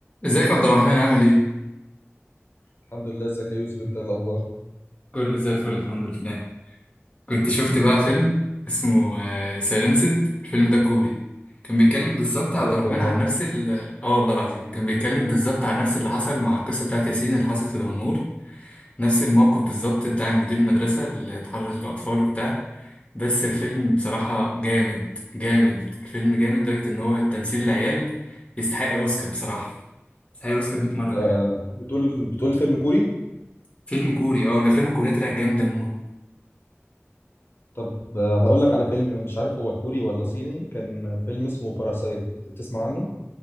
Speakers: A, on the left (about 25°); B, on the left (about 60°).
A: ازيك يا عبد الرحمن عامل ايه؟
B: الحمد لله ازيك يا يوسف انت ايه الاخبار
A: كله زي الفل الحمد لله كنت شفت بقى فيلم اسمه سايلنسد الفيلم ده كوري كان بيتكلم بالظبط
B: بجد
A: يا عبد الرحمن
B: والله
A: عن نفس ال اه والله العظيم كان بيتكلم بالظبط عن نفس اللي حصل مع القصة بتاعت ياسين اللي حصلت في دمنهور نفس الموقف بالظبط بتاع مدير المدرسة اللي اتحرش بأطفال وبتاع بس الفيلم بصراحة جامد جامد الفيلم جامد لدرجة ان هو تمثيل العيال يستحق اوسكار بصراحة يستحق اوسكار 100 مرة
B: آه،
A: كمان
B: بتقول بتقول فيلم كوري
A: فيلم كوري اه والافلام الكورية طلعت جامدة موت
B: طب آه، هقول لك على فيلم مش عارف هو كوري ولا صيني كان فيلم اسمه باراسايت تسمع عنه